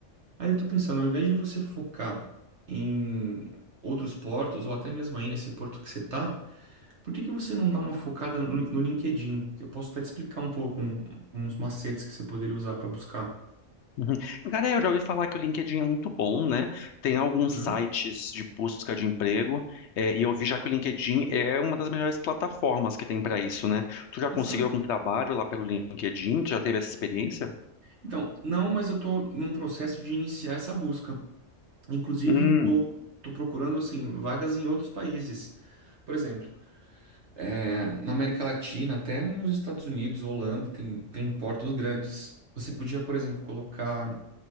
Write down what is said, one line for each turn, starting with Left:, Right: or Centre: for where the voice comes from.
Right: Aí eu tô pensando, ao invés de você focar em outros portos, ou até mesmo aí nesse porto que você tá, por que que você não dá uma focada no, no LinkedIn? Eu posso até te explicar um pouco um- uns macetes que você poderia usar para buscar.
Left: Uhum. Cara, é, eu já ouvi falar que o LinkedIn é muito bom, né? Tem alguns
Right: Uhum.
Left: sites de busca de emprego, é, e eu vi já que o LinkedIn é uma das melhores plataformas que tem para isso, né? Tu já
Right: Exato.
Left: conseguiu algum trabalho lá pelo LinkedIn? Tu já teve essa experiência?
Right: Então, não, mas eu tô num processo de iniciar essa busca. Inclusive,
Left: Hum.
Right: tô, tô procurando, assim, vagas em outros países. Por exemplo, é, na América Latina, até nos Estados Unidos, Holanda, tem, tem portos grandes. Você podia, por exemplo, colocar,